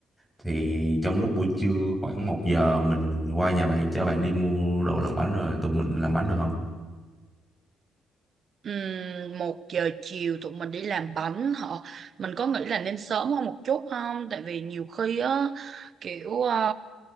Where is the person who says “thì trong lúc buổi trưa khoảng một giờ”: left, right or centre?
Centre